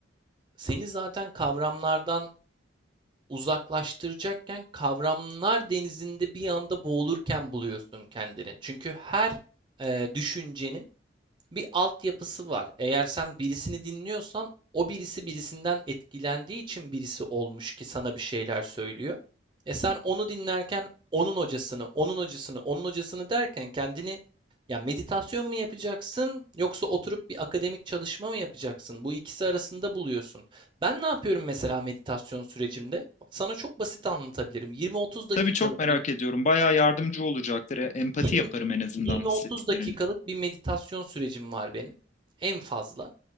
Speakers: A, on the right (about 25°); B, on the left (about 40°).
A: seni zaten kavramlardan uzaklaştıracakken kavramlar denizinde bir anda boğulurken buluyorsun kendini. Çünkü her eee, düşüncenin bir altyapısı var. Eğer sen birisini dinliyorsan o birisi birisinden etkilendiği için birisi olmuş ki sana bir şeyler söylüyor. E sen onu dinlerken onun hocasını, onun hocasını, onun hocasını derken kendini ya meditasyon mu yapacaksın yoksa oturup bir akademik çalışma mı yapacaksın? Bu ikisi arasında buluyorsun. Ben ne yapıyorum mesela meditasyon sürecimde? Sana çok basit anlatabilirim. 20-30 dakikalık
B: Tabii çok merak
A: bir
B: ediyorum. Bayağı yardımcı olacaktır. E, Empati
A: 20
B: yaparım en azından
A: 20-30
B: hissettiklerini.
A: dakikalık bir meditasyon sürecim var benim en fazla